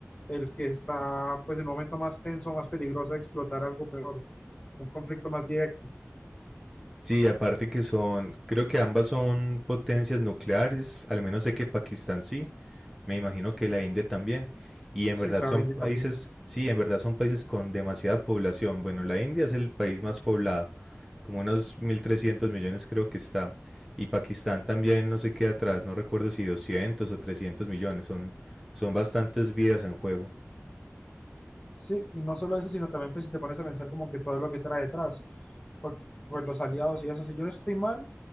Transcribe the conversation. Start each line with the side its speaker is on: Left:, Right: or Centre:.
Left: el que está pues en un momento más tenso, más peligroso de explotar algo peor, un conflicto más directo.
Centre: Sí, aparte que son, creo que ambas son potencias nucleares, al menos sé que Pakistán sí, me imagino que la India también, y en
Left: Sí,
Centre: verdad
Left: claro,
Centre: son
Left: India
Centre: países,
Left: también.
Centre: sí, en verdad son países con demasiada población. Bueno, la India es el país más poblado, como unos 1.300 millones creo que está, y Pakistán también no se queda atrás, no recuerdo si 200 o 300 millones, son, son bastantes vidas en juego.
Left: Sí, y no solo eso, sino también pues si te pones a pensar como que todo lo que trae detrás, porque pues los aliados y eso, si yo no estoy mal,